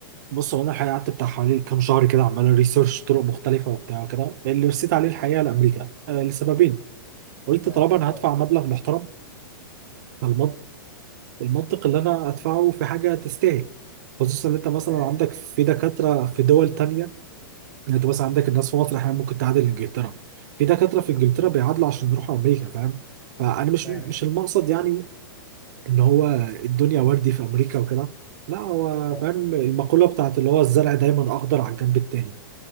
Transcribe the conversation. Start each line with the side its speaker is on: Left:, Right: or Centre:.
Right: بص هو أنا الحقيقة قعدت بتاع حوالي كام شهر كده عمال ريسيرش طرق مختلفة وبتاع وكده اللي رسيت عليه الحقيقة لأمريكا آه، لسببين قلت
Centre: نعم
Right: طالما أنا
Centre: اه
Right: هدفع مبلغ محترم فالمنطق المنطق اللي أنا أدفعه في حاجة تستاهل خصوصا إن أنت مثلا
Centre: تمام
Right: عندك في دكاترة في دول تانية يعني انت مثلا عندك الناس في مصر احيانا ممكن تعادل انجلترا في دكاتره في انجلترا بيعادلوا عشان يروحوا امريكا فاهم فانا مش
Centre: تمام
Right: مش المقصد يعني ان هو الدنيا وردي في امريكا وكده لا هو
Centre: انا
Right: فاهم المقوله بتاعت اللي هو الزرع دايما اخضر على الجنب التاني